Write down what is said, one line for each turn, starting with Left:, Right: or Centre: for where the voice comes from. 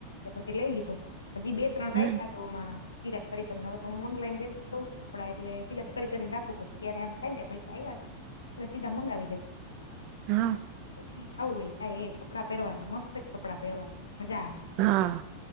Left: એ પછી લઈ લીધો હજી બે ત્રણ
Right: હમ
Left: રાયખા છે ઓમાં સિલેક્ટ કરીને હવે તો હું ઓનલાઈન લ જઉ છું કપડા એટલે સિલેક્ટ કરીને રાખું પછી જયારે એમ થાય કે ભાઈ વાત પસી સીધા મંગાવી લવ.
Right: હા.
Left: પછી જે થવું હોય થાય એ કપડાં પહેરવાના મસત જ કપડાં પહેરવાના મજા આવે.
Right: હા